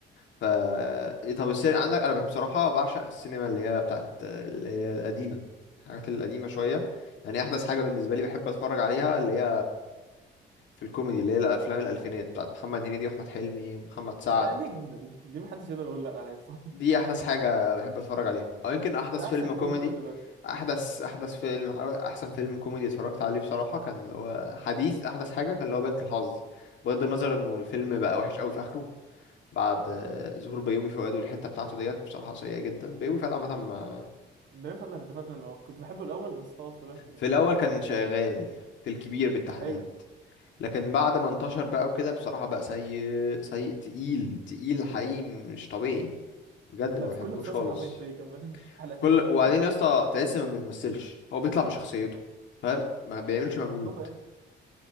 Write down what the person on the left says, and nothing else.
ف إيه، طب السينما عندك انا بحب- بصراحه بعشق السينما اللي هي بتاعت اللي هي القديمه الحاجات القديمه شويه يعني احدث حاجه بالنسبه لي بحب اتفرج عليها اللي هي في الكوميدي اللي هي الافلام الالفينات بتاعت محمد هنيدي واحمد حلمي ومحمد سعد
دي احدث حاجه بحب اتفرج عليها او يمكن
احدث
فيلم
كوميدي
احدث احدث فيلم أو احسن فيلم كوميدي اتفرجت عليه بصراحه كان اللي هو حديث احدث حاجه كان اللي هو بنك الحظ بغض النظر انه الفيلم بقى وحش قوي في اخره بعد آه، ظهور بيومي فؤاد والحته بتاعته ديت بصراحه سيئه جدا بيومي فؤاد عامه ما-
في الاول كان شغال في الكبير بالتحديد
لكن بعد ما انتشر بقى وكده بصراحه بقى سيء سيء تقيل تقيل حقيقي مش طبيعي بجد
ما
بحبوش
خالص
في كل
وبعدين يا اسطى تحس ما بيمثلش هو بيطلع بشخصيته فاهم ما بيعملش مجهود